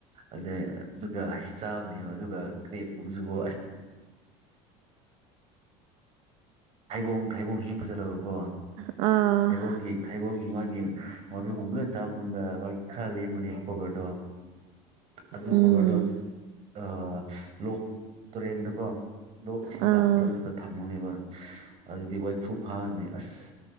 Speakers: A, on the right; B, on the right.
A: ꯑꯗꯨꯒ ꯆꯥꯕꯅꯦꯕ ꯑꯗꯨꯒ ꯀ꯭ꯔꯦꯞꯀꯨꯟꯁꯨ ꯀꯣ ꯊꯩꯕꯣꯡ ꯊꯩꯕꯣꯡ ꯍꯦꯛꯄ ꯆꯠꯂꯕꯀꯣ
B: ꯑꯥ
A: ꯊꯩꯕꯣꯡꯒꯤ ꯊꯩꯕꯣꯡꯒꯤ ꯃꯥꯒꯤ ꯃꯔꯨꯒꯨꯝꯕ ꯂꯣꯏ ꯆꯥꯕ ꯃꯇꯨꯡꯗ ꯃꯥꯒꯤ ꯈꯔ ꯂꯦꯝꯕꯅꯦꯕ ꯀꯣꯕꯔꯗꯣ ꯑꯗꯨ
B: ꯎꯝ
A: ꯀꯣꯕꯔꯗꯣ ꯑꯥ ꯂꯣꯛ ꯇꯨꯔꯦꯟꯗꯀꯣ ꯂꯣꯛ ꯏꯁꯤꯡ
B: ꯑꯥ
A: ꯂꯥꯛ ꯑꯗꯨꯗ ꯊꯝꯃꯨꯅꯦꯕ ꯑꯗꯨꯗꯤ ꯋꯥꯏꯐꯨ ꯐꯥꯔꯅꯤ ꯑꯁ